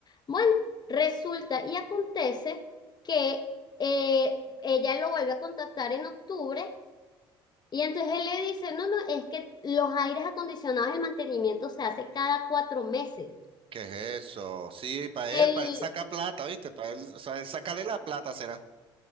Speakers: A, on the left; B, on the right.
A: Bueno, resulta y acontece que eh, ella lo vuelve a contactar en octubre y entonces él le dice, no, no, es que los aires acondicionados, el mantenimiento se hace cada cuatro meses.
B: ¿Qué es eso? Sí, para
A: El,
B: él, para él saca plata, ¿viste? Para él, o sea, él sacarle la plata será.